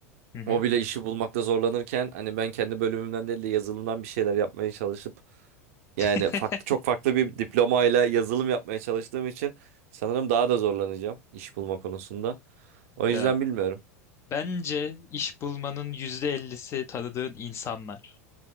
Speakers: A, on the left (about 35°); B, on the right (about 65°).
A: Hı hı.
B: O bile işi bulmakta zorlanırken hani ben kendi bölümümden değil de yazılımdan bir şeyler yapmaya çalışıp yani
A: <laughs>
B: farklı çok farklı bir diplomayla yazılım yapmaya çalıştığım için sanırım daha da zorlanacağım iş bulma konusunda. O
A: Ya
B: yüzden bilmiyorum.
A: bence iş bulmanın yüzde elli'si tanıdığın insanlar.